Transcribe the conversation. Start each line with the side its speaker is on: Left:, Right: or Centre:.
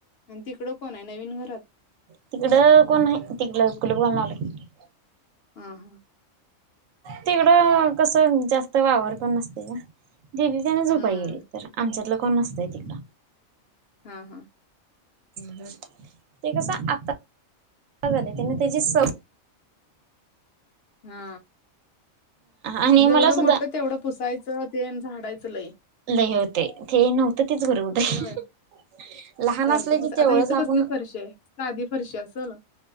Left: आणि तिकडं कोण आहे? नवीन घरात
Right: तिकडं कोण नाही तिकल कुलूप घालुन आलोय
Left: हा हा
Right: तिकडं कसं जास्त वावर पण नसते ना दिदी त्यांना झोपाय
Left: हम्म
Right: गेली तर आमच्यातलं कोण नसतय तिकड
Left: हा हा
Right: ह् ते कसं आता झाले त्यान त्याची सव
Left: हा
Right: आणि
Left: जेवढं
Right: मला सुद्धा
Left: मोठ तेवढं पुसायचं ते आणि झाडायचं लय
Right: लय होते ते नव्हतं तेच बरं होतं हह
Left: होय
Right: लहान
Left: सारखं
Right: असले
Left: पुस
Right: की तेवढंच
Left: आता इथं
Right: आपण
Left: कसली फरशी आहे साधी फरशी असल